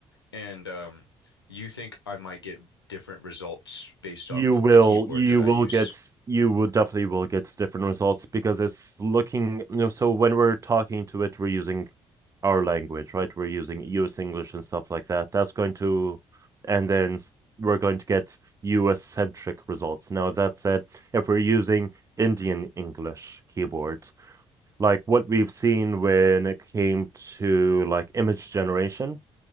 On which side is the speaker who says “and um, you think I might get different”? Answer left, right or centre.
Left